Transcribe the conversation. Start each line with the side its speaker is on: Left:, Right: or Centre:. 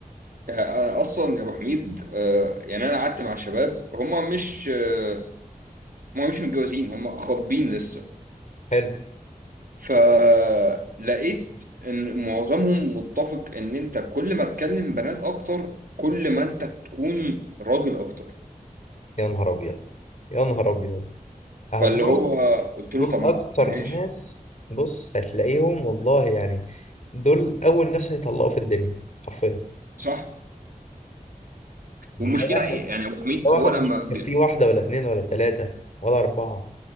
Right: يعني، آه، أصلا يا أبو حميد آه، يعني أنا قعدت مع شباب هما مش آه، هما مش متجوزين هما خاطبين لسه
Left: حلو
Right: فلقيت إن معظمهم متفق إن أنت كل ما تكلم بنات أكتر كل ما أنت تكون راجل أكتر
Left: يا نهار ابيض يا نهار ابيض اهو
Right: فاللي
Left: دول
Right: هو قلت
Left: دول
Right: له طب
Left: اكتر
Right: ماشي
Left: ناس بص هتلاقيهم والله يعني دول اول ناس هيطلقوا في الدنيا حرفيا
Right: صح
Left: ده
Right: والمشكله
Left: واحد
Right: ايه يعني يا ابو حميد
Left: ده واحد
Right: هو لما
Left: مش
Right: بي-
Left: في واحدة ولا اتنين ولا تلاتة ولا أربعة